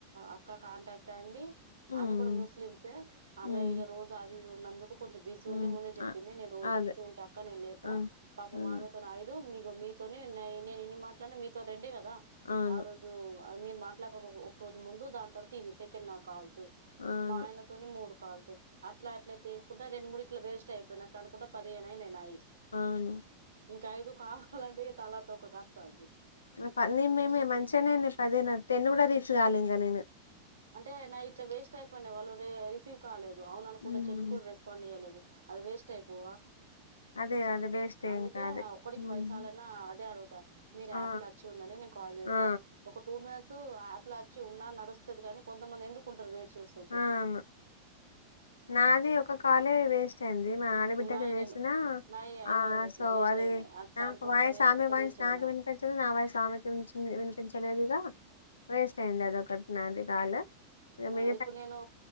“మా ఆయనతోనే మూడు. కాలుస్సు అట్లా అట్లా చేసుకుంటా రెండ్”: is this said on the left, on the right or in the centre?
Right